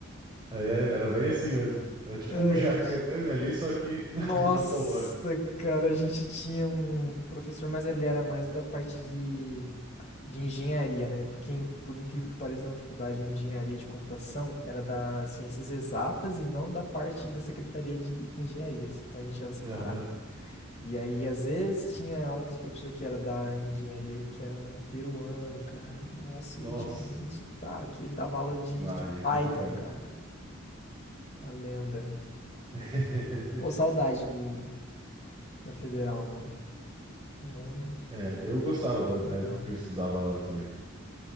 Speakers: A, on the right; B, on the left.
A: aí é, era bem assim mesmo. Era tipo
B: A
A: um jacan
B: gente
A: ali, só que <laughs>
B: Nossa,
A: aqui da Polônia.
B: cara, a gente tinha um professor, mas ele era mais da parte de, de engenharia, né? Porque, in- por incrível que pareça, na minha faculdade de engenharia de computação era da ciências exatas e não da parte da secretaria de engenharias. Então a gente era separado.
A: Aham.
B: E aí, às vezes, tinha aula com esse professor que era da engenharia, que era um peruano, cara. Nossa,
A: Nossa,
B: e ele tinha muito sotaque. Ele dava aula de,
A: vai,
B: de Python,
A: é complicado.
B: cara. A lenda.
A: <laughs>
B: Pô, saudade do, da federal, mano. Era um
A: É, eu gostava
B: Não,
A: da,
B: legal.
A: da época que eu estudava lá também.